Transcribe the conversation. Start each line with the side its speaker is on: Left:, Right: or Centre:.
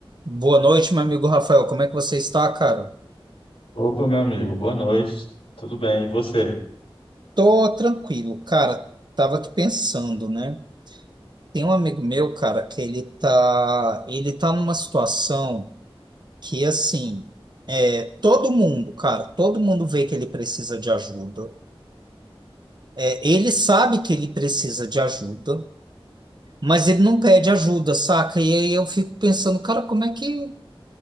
Right: Boa noite, meu amigo Rafael. Como é que você está, cara?
Left: Opa, meu amigo, boa noite. Tudo bem? E você?
Right: Tô tranquilo, cara. Tava aqui pensando, né? Tem um amigo meu, cara, que ele tá, ele tá numa situação que assim, é, todo mundo, cara, todo mundo vê que ele precisa de ajuda. É, ele sabe que ele precisa de ajuda, mas ele não pede ajuda, saca? E aí eu fico pensando, cara, como é que